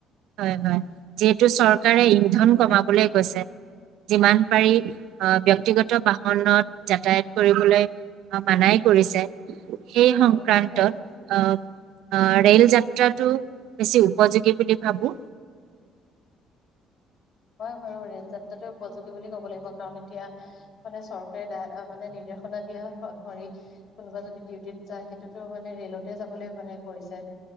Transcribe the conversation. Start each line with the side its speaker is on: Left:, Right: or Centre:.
Right: হয় হয় যিহেতু চৰকাৰে ইন্ধন কমাবলৈ গৈছে যিমান পাৰি অহ ব্যক্তিগত বাহনত যাতায়াত কৰিবলৈ অ মানাই কৰিছে সেই সংক্ৰান্তত
Left: অ' সেইটোৱে
Right: আহ আ ৰে'ল যাত্ৰাটো বেছি উপযোগী বুলি ভাবোঁ
Left: হয় বাৰু ৰে'ল যাত্ৰাতো উপযোগী বুলি ক'ব লাগিব কাৰণ এতিয়া মানে চৰকাৰে দা অ মানে নিৰ্দেশনা দিয়া অনুসৰি কোনোবা যদি ডিউটিত যায় সেইটোতো মানে ৰেলতে যাবলৈ মানে কৰিছে